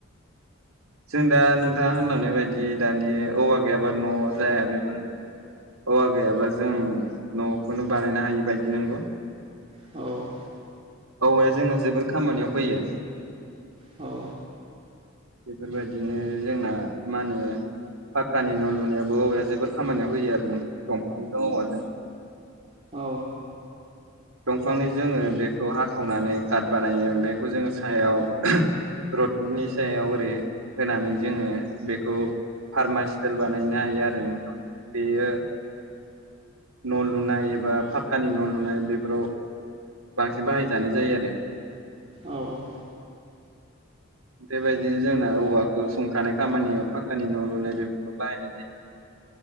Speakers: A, on the right; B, on the right.
A: जों दा नोंथाङा होनलांनाय बायदि दानि औवा गैयाबा न' जाया बेफोर औवा गैयाबा जों न'खौनो बानायनो हायि बायदि नंगौ।
B: औ
A: औवाया जोंना जोबोर खामानियाव फैयो।
B: औ
A: बेफोरबायदिनो जोंना मा होनो फाक्कानि न' लुनायावबो औवाया जोबोर खामानियाव होयो आरो नोंथां दंफांजों औवाजों
B: औ
A: दंफांनि जोङो बेखौ हाखावनानै काट बानायो बेखौ जोङो सायाव रडनि सायाव ओरै होनानै जोङो बेखौ फार्मास्टेल बानायनो हायो आरो नोंथां बेयो न' लुनाय एबा फाखकानि न' लुनाय बे बेफोराव बांसिन बाहायजानाय जायो आरो
B: औ औ
A: <inaudible> बेबायदिनो जोंना औवाखौ सुंखानाय खामानियाव फाखानि न' लुनाय बेफोराव बाहायनाय जायो।